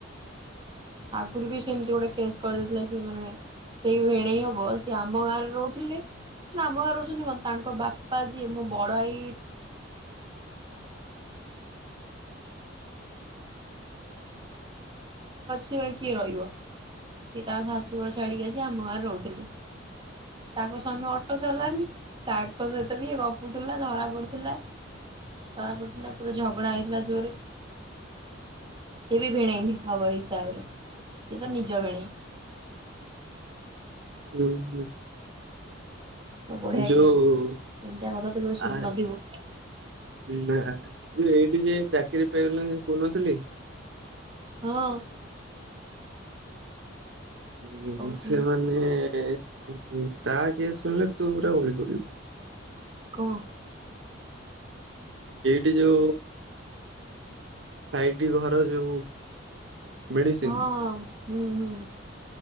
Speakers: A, on the right; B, on the right.
A: ଆଗରୁ ବି ସେମିତି ଗୋଟେ କେସ୍ କରିଦେଇଥିଲା ସେ ମାନେ ସେଇ ଭେଣେଇ ହବ ସିଏ ଆମ ଗାଁରେ ରହୁଥିଲେ ନା ଆମ ଗାଁରେ ରହୁଛନ୍ତି କଣ ତାଙ୍କ ବାପା ଯିଏ ମୋ ବଡଭାଇ <unintelligible> କିଏ ରହିବ ସିଏ ତା ଶାଶୁ ଘର ଛାଡିକି ଆସି ଆମ ଗାଁରେ ରହୁଥିଲେ। ତାଙ୍କ ସ୍ୱାମୀ ଅଟୋ ଚଲାନ୍ତି, ତାଙ୍କ ସହିତ ବି ଇଏ <unintelligible> ଧରା ପଡ଼ିଥିଲା ଧରା ପଡ଼ିଥିଲା ପୁରା ଝଗଡ଼ା ହେଇଥିଲା ଜୋରରେ ସେ ବି ଭିଣେଇ ହବ ଏ ହିସାବରେ ଏଇ ତା ନିଜ ଭିଣେଇ।
B: ହୁଁ ହୁଁ।
A: ପୁରା ବଢ଼ିଆ
B: ଯୋଉ
A: କେଶ୍ ଏମିତିଆ କଥା କେବେ ଶୁଣି
B: ଆ
A: ନଥିବୁ।
B: ନା ଏଇଠି ଯିଏ ଚାକିରି ପାଇଗଲାଣି କହୁନଥିଲି।
A: ହଁ।
B: ହ
A: କହୁଥିଲୁ
B: ସେମାନେ ତା କେସ ଶୁଣିଲେ ତୁା ପୁରା ଓହଳି ପଡିିବୁ।
A: କଁ?
B: ଏଇଠି ଯଉ ସାଇଡ ଘର ଯୋଉ ମେଡିସିନ
A: ହଁ ହଁ ହଁ।